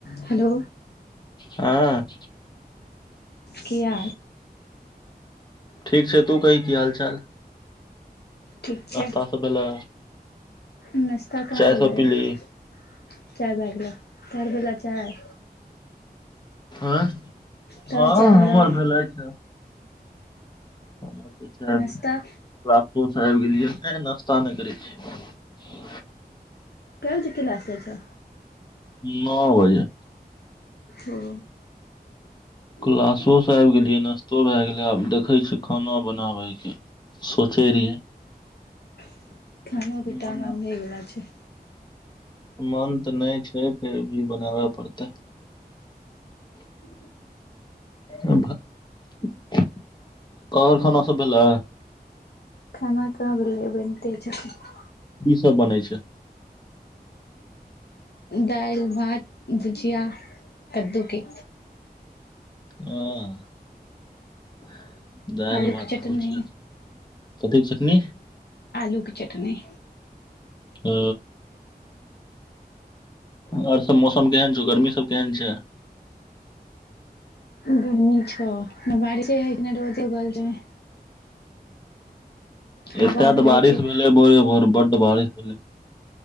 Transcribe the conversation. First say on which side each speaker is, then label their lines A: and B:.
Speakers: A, on the left; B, on the left.
A: Hello
B: हँ।
A: किए?
B: ठीक छै तू कही की हाल चाल?
A: ठीक छै,
B: नास्ता सब भेलै
A: नश्ता कहाँ
B: चाय
A: भेलैया
B: सब पीली
A: <inaudible> चाय भा गेलै, तोहर भेलौ चाय?
B: आंए,
A: तोहर
B: हँ
A: चाय भेलौ
B: हमर भेलै चाय। हमर त चाय
A: नाश्ता
B: भे राजपुर स आबि गेलियै। नै नश्ता नै करै छियै।
A: कै बजे क्लास जाइ छै?
B: नओ बजे।
A: ओ।
B: क्लासो स आबि गेलियै, नश्तो भै गेलै। आब देखै छियै खाना बनाबैके सोचै रहियै
A: <inaudible> खानके टाइम
B: मन
A: आब होइबला छै।
B: मन त नै छै, फिर भी बनाबै परतै। <unintelligible> <unintelligible>
A: खाना कहाँ भेलैया, बनिते छै। <unintelligible>
B: की सब बनै छै?
A: दालि भात भुजिया कद्दूके।
B: हँ <inaudible> दालि
A: आलूके
B: भात
A: चटनी
B: भुजिया। कथीक चटनी?
A: आलूके चटनी।
B: ओ। आओर सब मौसम केहन छौ, गर्मी सब केहन छै।
A: गर्मी छह, ने बारिशे होइ छै ने रोजे उगल छै। हवा
B: एत तऽ
A: बहै
B: बारिश
A: छै
B: भेलै भोरे भोर बड्ड बारिश भेलै।